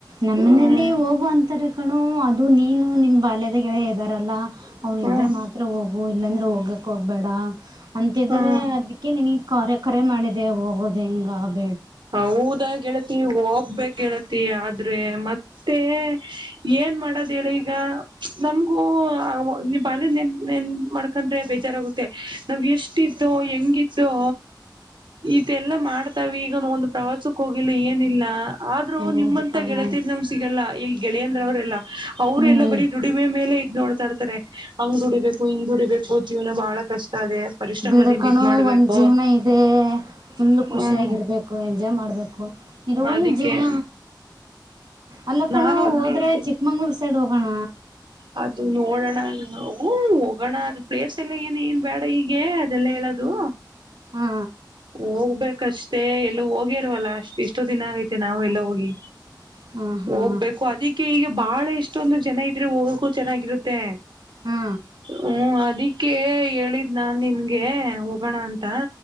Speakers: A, on the right; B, on the right.
A: ನಮ್ಮನೆಯಲ್ಲಿ
B: ಹ್ಮ್
A: ಹೋಗುವ ಅಂತಾರೆ ಕಣು ಅ ಇದು ನೀನು ನಿಮ್ಮ ಬಾಲ್ಯದ ಗೇಲ್ಳ ಇದ್ದಾರಲ್ಲಾ ಅವ್ನ
B: ಹ್ಮ್
A: ಇದ್ರೆ ಮಾತ್ರ ಹೋಗು ಇಲ್ಲಾಂದ್ರೆ ಹೋಗ ಹೋಗ್ಬೇಡ ಅಂತಿದಾರೆ
B: ಹ್ಮ್
A: ಅದಕ್ಕೆ ನೀನೀಗ ಕರೆ ಕರೆ ಮಾಡಿದೆ ಹೋಗೋದು ಹಿಂಗಗೆ
B: ಹೌದಾ ಗೆಳತಿ ಹೋಗಬೇಕೆ ಆದ್ರೆ ಮತ್ತೆ ಏನ್ ಮಾಡದ ಹೇಳಿ ಈಗ ನಮಗೂ ಬಾಲ್ಯ ನೆನ್ ನೆನಪ ಮಾಡ್ಕೊಂಡ್ರೆ ಬೇಜಾರಾಗುತ್ತೆ ನಾವ್ ಎಷ್ಟ ಇದ್ದೋ ಹೆಂಗಿದ್ದೋ ಇದೆಲ್ಲ ಮಾಡ್ತಾವ ಇ ಒಂದು ಪ್ರವಾಸಕ್ಕ ಹೋಗಿಲ್ಲ ಏನಿಲ್ಲ ಆದ್ರೂ
A: ಹೌದು
B: ನಿಮ್ಮಂತ
A: ಕಣೋ
B: ಗೆಳತೀರ್ ನಮ ಸಿಗಲ್ಲ ಎಲ್ಲಿ ಗೆಳೆಯಂದ್ರರೆಲ್ಲ ಅವ್ರ
A: ಹ್ಞೂ
B: ಎಲ್ಲ ಬರೀ ದುಡಿಮೆ ಮೇಲೆ ನೋಡ್ತಾಡ್ತಾರೆ ಹಂಗ್ ದುಡಿಬೇಕು ಹಂಗ್ ದುಡಿಬೇಕು ಜೀವನ ಬಹಳ ಕಷ್ಟ ಅದೆ ಪರಿಶ್ರಮದಿಂದ
A: ಬಿಡ್ಕಣೋ
B: ಇದ್ ಮಾಡ್ಬೇಕು
A: ಒಂದ್ ಜೀವನ ಇದೆ ಫುಲ್
B: ಹ್ಮ್
A: ಖುಷಿಯಾಗಿರ್ಬೇಕು ು ಎಂಜಾಯ್ ಮಾಡಬೇಕು ಇದು ಒಂದು
B: ಅದಕ್ಕೆ
A: ಜೀವನ ಅಲ್ಲಕ್ಕಣು
B: ನಾನು ಅದ್ನೇ
A: ಹೋದ್ರೆ
B: ಹೇಳ್ತೇನೆ
A: ಚಿಕ್ಕಮಂಗಳೂರು ಸೈಡ್ ಹೋಗೋಗಣ
B: ಅದು ನೋಡೋಣ ಹ ಹೋಗೋಣ ಅದು ಪ್ಲೇಸ್ ಮೆಲ್ಲ ಏನ್ ಏನ್ ಬೇಡ ಈೀಗೆ ಅದೆಲ್ಲ ಹೇಳೋದು
A: ಹಾ
B: ಹೋಗ್ಬೇಕಷ್ಟೇ ಎಲ್ಲೂ ಹೋಗಿರ್ವಲ್ಲ ಅಷ್ಟ ಇಷ್ಟೋ ದಿನ ಆಗೈತೆ ನಾವವು ಎಲ್ಲ ಹೋಗಿ
A: ಹಾ ಹಾ
B: ಹೋಗ್ಬೇಕು ಅದಕ್ಕೆ ಈಗ ಬಾಳ ಎಷ್ಟೊಂದು ಜನ ಇದ್ರೆ ಹೋಗಕ್ಕು ಚೆನ್ನಾಗಿರುತ್ತೆ
A: ಹಾ
B: ಹ್ಮ್ ಅದಿ ಅಕೇ ಹೇಳಿದ್ ನಾನ್ ನಿನ್ಗೆ ಹೋಗೋಣ ಅಂತ